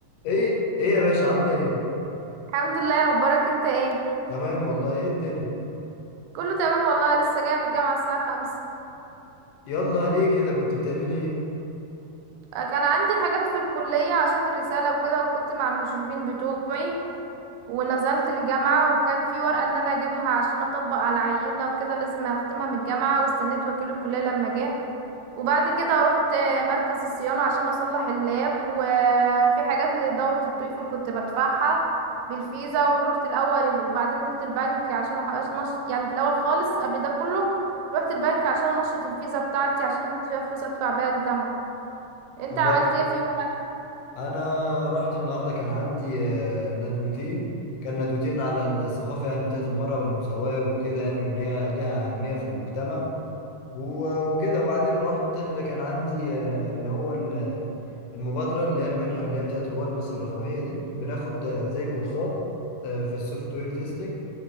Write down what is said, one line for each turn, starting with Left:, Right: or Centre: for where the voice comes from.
Left: ايه ايه يا باشا عامله ايه
Right: الحمد لله اخبارك انت ايه
Left: تمام والله ايه الدنيا
Right: كله تمام والله لسه جايه من الجامعه الساعه خمسة
Left: يلا ليه كده كنت بتعملي ايه
Right: آه، كان عندي حاجات في الكليه عشان الرساله وكده وكنت مع المشرفين بتوعي ونزلت الجامعه وكان في ورقه ان انا اجيبها عشان اطبق على عينه وكده لازم اختمها من الجامعه واستنيت وكيل الكليه لما جه وبعد كده رحت مركز الصيانة عشان أصلح اللاب وفي حاجات لدورة الطفل كنت بدفعها بالفيزا ورحت الأول وبعدين رحت البنك عشان أحقق نش... يعني في الأول خالص قبل ده كله رحت البنك عشان أنشط الفيزا بتاعتي عشان أحط فيها فلوس أدفع بيها الجامعة أنت
Left: طب
Right: عملت إيه في يومك؟
Left: انا رحت النهارده كان عندي آه، ندوتين كان ندوتين على الثقافه يعني بتاعت المراه والمساواه وكده يعني وان هي ليها اهميه في المجتمع و- وكده وبعدين رحت اللي كان عندي آه، اللي هو ال- المبادره اللي هي المنحه اللي هي بتاعت رواد مصر الرقميه دي بناخد آه، زي كورسات آه، في السوفت وير تيستنج